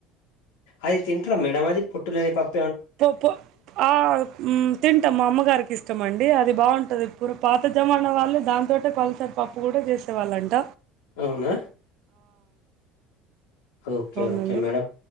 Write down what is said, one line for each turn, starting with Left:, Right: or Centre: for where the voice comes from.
Left: అది తింటరా మేడం అది పొట్టులేని పాప్
Right: పో పో ఆ తింటాం మా అమ్మగారికి ఇష్టం అన్ అది బాగుంటది ఇప్పుడు పాత జమానా వాళ్ళు దాంతోేటే పలసరి పప్పు కూడా చేసేవాళ్ళ అంట
Left: అవునా ఓకే
Right: అవునండి
Left: ఓకే మేడం